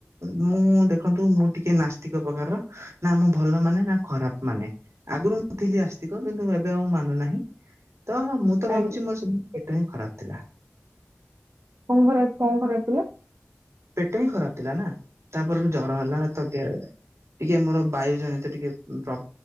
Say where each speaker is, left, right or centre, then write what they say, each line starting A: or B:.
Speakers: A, on the right; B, on the right.
A: ମୁଁ ଦେଖନ୍ତୁ ମୁଁ ଟିକେ ନାସ୍ତିକ ପ୍ରକାରର ନା ମୁଁ ଭଲ ମାନେ ନା ଖରାପ୍ ମାନେ ଆଗରୁ ମୁଁ ଥିଲି ଆସ୍ତିକ କିନ୍ତୁ ଏବେ ଆଉ ମାନୁନାହିଁ ତ ମୁଁ ତ ଭାବୁଚି
B: ଆଜ୍ଞା
A: ମୋରସେ ପେଟହିଁ ଖରାପ୍ ଥିଲା।
B: କଁ ଘରେ କଁ ଖରାପ୍ ଥିଲା?
A: ପେଟହିଁ ଖରାପ୍ ଥିଲାନା ତାପରେ ଜର ହେଲା ତଗ ଟିକେ ମର ବାୟୁ ଜନିତ ଟିକେ ପ୍ର